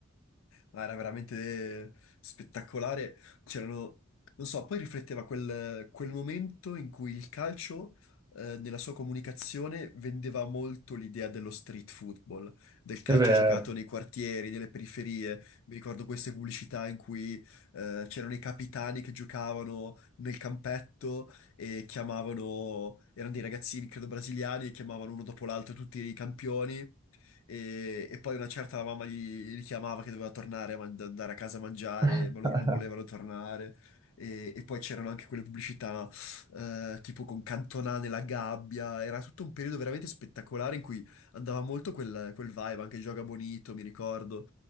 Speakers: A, on the left (about 65°); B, on the right (about 15°).
A: No, era veramente spettacolare. C'erano, non so, poi rifletteva quel, quel momento in cui il calcio, eh, nella sua comunicazione, vendeva molto l'idea dello street football, del calcio
B: È vero.
A: giocato nei quartieri, nelle periferie. Mi ricordo queste pubblicità in cui, eh, c'erano i capitani che giocavano nel campetto e chiamavano, erano dei ragazzini, credo brasiliani, e chiamavano uno dopo l'altro tutti i campioni e, e poi una certa la mamma gli richiamava che doveva tornare a man- andare a casa a mangiare,
B: <laughs>
A: ma loro non volevano tornare. E, e poi c'erano anche quelle pubblicità eh, tipo con Cantona nella gabbia, era tutto un periodo veramente spettacolare in cui andava molto quel, quel vibe, anche Gioca Bonito, mi ricordo,